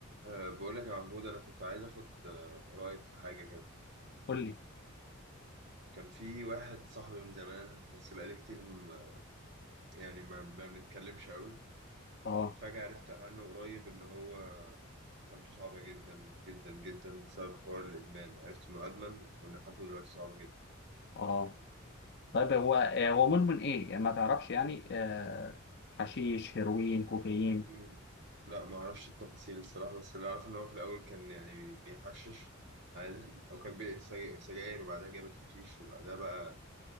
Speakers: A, on the right; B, on the left.
A: أه بقول لك يا محمود أنا كنت عايز آخد آه، رأيك في حاجة كده
B: قول لي
A: كان في واحد صاحبي من زمان بس بقالي كتير ما يعني ما ما بنتكلمش قوي
B: اه
A: فجأة عرفت عنه قريب إن هو حالته صعبة جدا جدا جدا بسبب حوار الإدمان عرفت إنه أدمن وإن حالته دلوقتي صعبة جدا
B: اه طيب هو آه، هو مدمن ايه يعني ما تعرفش يعني آه حشيش هيروين كوكايين
A: م- لا ما أعرفش التفاصيل الصراحة بس اللي أعرفه إن هو في الأول كان يعني بيحشش عادي أو كان بيقي سج- سجاير وبعدها جابت حشيش وبعدها بقى